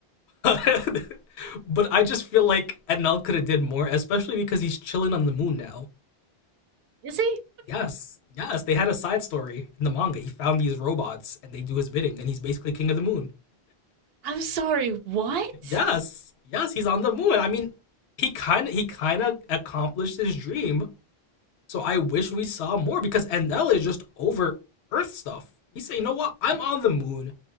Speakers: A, on the left; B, on the right.
A: <laughs> but I just feel like Enel could have did more, especially because he's chilling on the moon now.
B: Is he?
A: Yes, yes, they had a side story in the manga. He found these robots and they do his bidding, and he's basically king of the moon.
B: <laughs> I'm sorry, what?
A: Yes, yes, he's on the moon. I mean, he kind of he kind of accomplished his dream. So I wish we saw more because NL is just over Earth stuff. He said, "You know what? I'm on the moon.